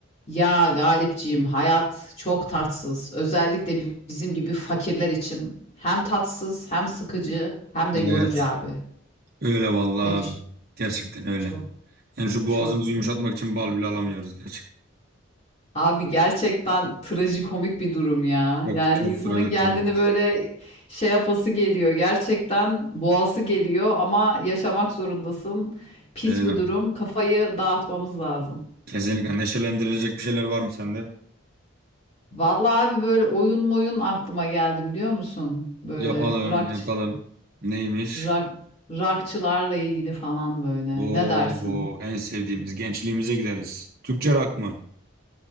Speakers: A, on the left; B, on the right.
A: Ya Galipciğim hayat çok tatsız. Özellikle bizim gibi fakirler için hem tatsız hem sıkıcı hem de
B: Evet.
A: yorucu abi.
B: Öyle vallahi
A: Ne
B: abi.
A: düşün?
B: Gerçekten öyle.
A: Çok
B: Yani şu
A: çok
B: boğazımızı
A: çok.
B: yumuşatmak için bal bile alamıyoruz gerçekten.
A: Abi gerçekten trajikomik bir durum ya.
B: Çok
A: Yani
B: çok
A: insanın
B: trajikomik.
A: kendini böyle şey yapası geliyor. Gerçekten boğası geliyor ama yaşamak zorundasın. Pis
B: Öyle.
A: bir durum. Kafayı dağıtmamız lazım.
B: Kesinlikle neşelendirilecek bir şeyler var mı sende?
A: Vallahi abi böyle oyun moyun aklıma geldi biliyor musun? Böyle
B: Yapalım,
A: rock
B: yapalım. Neymiş?
A: Rock, rockçılarla ilgili falan böyle.
B: Oo,
A: Ne dersin?
B: en sevdiğimiz gençliğimize gideriz. Türkçe rock mı?